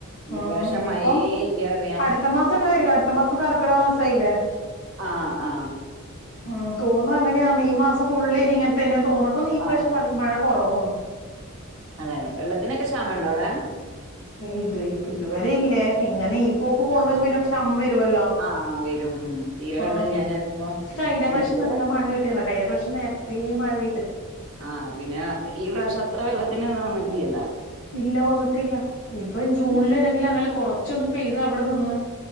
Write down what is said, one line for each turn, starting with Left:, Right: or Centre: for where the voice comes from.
Left: ഉം
Right: ഇപ്രാവശ്യം
Left: ഇനിയിപ്പം
Right: മഴേ ഇല്ല അറിയാം
Left: അടുത്ത മാസം ഉണ്ടാവരിക്കും അടുത്ത മാസം കറക്കട മാസായില്ലേ
Right: ആ ആ
Left: ഉം തോന്നു അങ്ങനെയാാണ് ഈ മാസം ഫുള്ളിനി ഇങ്ങനെ തന്നെയ തോന്നക്ക ീഈ പ്രാവശ്യം
Right: ആഹ്
Left: മഴ കുറവ <inaudible>
Right: അതെ വെള്ളത്തിനൊക്കെ ക്ഷാമ ഉണ്ടോ അവിടെ
Left: ഇത് ഇപ്പ ഇതുവരെ ഇല്ലേ ഇങ്ങനെ പോക്ക് പോക
Right: ആഹ്
Left: പിന്നെ
Right: അതെ.
Left: ക്ഷാമം വരുവല്ലോ
Right: ആഹ് വരും. ഉം. തീരെ വെള്ളം
Left: ആ
Right: ഇല്ലാഞ്ഞാലിപ്പോ
Left: പ
Right: ഉം
Left: കഴിഞ്ഞ
Right: ഞങ്ങക്ക്
Left: പ്ര്രാവശ്യം
Right: ഇവിടെ
Left: നല്ല മഴ കിട്ടീല്ലോ കഴിഞ്ഞ പ്രാവശ്യം നേരത്തെേ മഴ പെയ
Right: ആ പിന്നെ ഈ പ്രാവശ്യ അത്ര വെള്ളത്തിന് വ <unintelligible>
Left: ഇല്ല വന്നിട്ടില്ല ഇപ്പൊ ജൂണിലാണെങ്കിലും
Right: ഉം.
Left: അങ്ങനെ കൊറച്ചൊന്ന പെയ്തു അവിടെ നിന്ന്